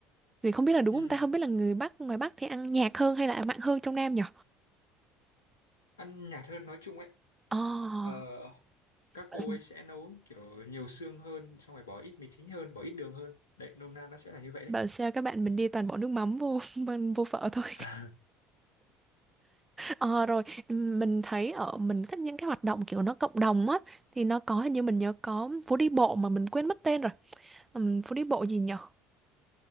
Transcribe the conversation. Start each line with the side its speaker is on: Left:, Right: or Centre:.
Right: thì không biết là đúng
Left: <laughs> ừ.
Right: không ta không biết là người Bắc ngoài Bắc thì ăn nhạt hơn hay là mặn hơn trong Nam nhỉ
Left: ăn nhạt hơn nói chung ấy
Right: Ồ
Left: Ờ, các
Right: bảo,
Left: cô ấy sẽ nấu kiểu nhiều xương hơn xong rồi bỏ ít mì chính hơn bỏ ít đường hơn đấy nôm na nó sẽ là như vậy đấy
Right: bảo sao các bạn mình đi toàn bỏ nước mắm vô <laughs> vô phở thôi
Left: <laughs>
Right: Ờ rồi ừm, mình thấy ở mình thích những cái hoạt động kiểu nó cộng đồng á thì nó có hình như mình nhớ có phố đi bộ mà mình quên mất tên rồi Ừm, phố đi bộ gì nhở